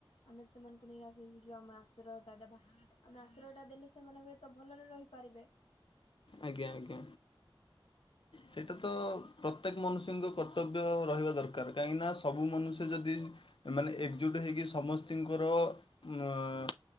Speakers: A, on the left; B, on the left.
A: ଆମେ ସେମାନଙ୍କୁ ନେଇଆସୁ <unintelligible> ଆଶ୍ରୟ ଟା ଦଵା ଆମେ ଆଶ୍ରୟ ଆଶ୍ରୟ ଟା ଦେଲେ। ସେମାନେ ହୁଏତ ଭଲରେ ରହିପାରିବେ।
B: ଆଜ୍ଞା ଆଜ୍ଞା। ସେଇଟା ତ ପ୍ରତ୍ୟେକ ମନୁଷ୍ୟଙ୍କ କର୍ତ୍ତବ୍ୟ ରହିବା ଦରକାର। କାହିଁକି ନା ସବୁ ମନୁଷ୍ୟ ଯଦି ଏମାନେ ଏକ୍ ଜୁଟ୍ ହେଇକି। ସମସ୍ତିଙ୍କର ମ୍ ଆଁ